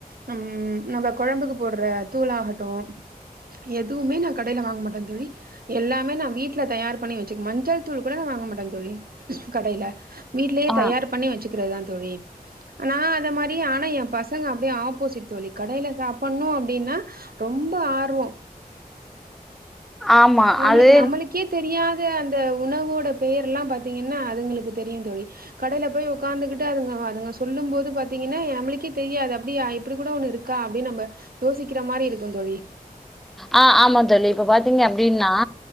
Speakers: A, on the right; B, in the centre.
A: நம் நம்ம கொழம்புக்கு போடுற தூளாகட்டு எதுவுமே நா கடைல வாங்க மாட்டே தோழி எல்லாமே நா வீட்ல தயார் பண்ணி வெச்சிக்கு மஞ்சள் தூள் கூட நா வாங்க மாட்டே தோழி கடைல வீட்லேயே
B: ஆ
A: தயார் பண்ணி வச்சுக்கிறதுதா தோழி ஆனா அது மாரி ஆனா எ பசங் சங்க அப்டியே ஆப்போசிட் தோழி கடைல சாப்பட்ணு அப்டின்னா ரொம்ப ஆர்வோ
B: ஆமா
A: நம்மளுக்கு
B: அது
A: நம்மளுக்கே தெரியாத அந்த உணவோட பெயர் எல்லா பாத்தீங்கன்னா அதுங்களுக்கு தெரியுந் தோழி கடைல போயி உ உக்காந்துகிட்டு அதுங்க அதுங்க சொல்லும் போது பாத்தீங்கன்னா நம்மளுக்கே தெரியாது அப்டியா இப்டி கூட ஒன்னு இருக்கா அப்டின்னு நம்ம யோசிக்கிற மாரி இருக்குந் தோழி
B: ஆ ஆமா தோழி இப்ப பாத்தீங்க அப்டின்னா